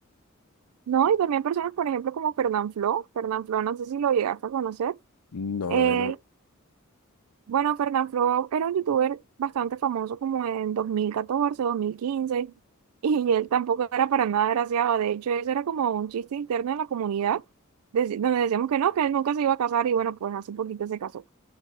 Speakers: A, on the right; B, on the left.
A: No, y también personas, por ejemplo, como Fernanfloo, Fernanfloo, no sé si lo llegaste a conocer,
B: No,
A: Él
B: no, no.
A: Bueno, Fernanfloo era un youtuber bastante famoso como en dos dos mil catorce dos mil quince y él tampoco era para nada agraciado. De hecho, eso era como un chiste interno en la comunidad, deci- donde decíamos que no, que él nunca se iba a casar, y bueno, pues hace poquito se casó.